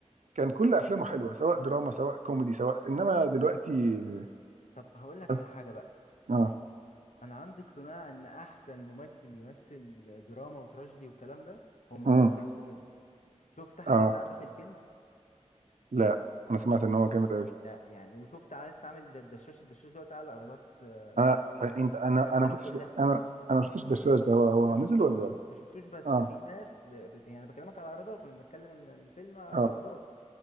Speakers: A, on the right (about 80°); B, on the left (about 80°).
A: كان كل افلامه حلوه سواء دراما سواء كوميدي سواء انما دلوقتي
B: طب هقول لك
A: بس
B: على حاجة بقى
A: اه
B: أنا عندي اقتناع إن أحسن ممثل يمثل دراما وتراجيدي والكلام ده هو ممثل
A: امم
B: الكوميدي شفت أحمد
A: اه
B: سعد في الكنز؟
A: لا انا سمعت ان هو جامد قوي
B: ده يعني وشفت عايز عامل ده- الدشاش الدشاش دوت اعلى ايرادات آه،
A: انا انت انا
B: في افلامه
A: انا ما شفتش
B: كلها
A: انا انا ما شفتش الدشاش ده هو هو
B: انا ما
A: نزل
B: شفتوش
A: ولا
B: ما شفتوش بس
A: اه
B: في ناس ب... بت... يعني بكلمك على ايرادات وانا بتكلم ان الفيلم ايرادات
A: اه